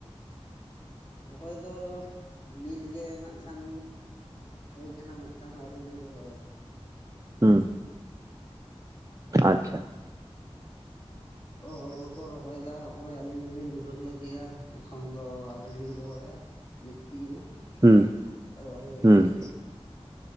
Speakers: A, on the left (about 50°); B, on the right (about 30°).
A: ᱨᱚᱦᱚᱭ ᱫᱚ ᱱᱤᱞᱜᱮ ᱱᱟᱜ ᱠᱷᱟᱱ ᱦᱳᱭ ᱠᱟᱱᱟ ᱢᱤᱫᱴᱟᱝ ᱟᱹᱣᱨᱤ ᱞᱤᱧ ᱨᱚᱦᱚᱭᱟ,
B: ᱦᱩᱸ ᱟᱪᱪᱷᱟ ᱾
A: ᱚ ᱦᱚᱲ ᱠᱚᱠᱚ ᱨᱚᱦᱚᱭ ᱫᱟ, ᱱᱚᱜᱭ ᱟᱹᱞᱤᱧ ᱦᱚᱞᱤᱧ ᱫᱷᱩᱨᱟᱹᱜ ᱞᱟᱹᱜᱤᱫᱼᱟ ᱮᱠᱷᱚᱱ ᱫᱚ ᱟᱹᱣ ᱞᱤᱧ ᱨᱚᱦᱚᱭᱟ ᱢᱤᱫᱴᱤᱡ ᱦᱚᱸ
B: ᱦᱩᱸ
A: ᱾ ᱨᱚᱦᱚᱭ ᱦᱩᱭᱩᱜ
B: ᱦᱩᱸ
A: ᱞᱟᱹᱜᱤᱫᱼᱟ ᱾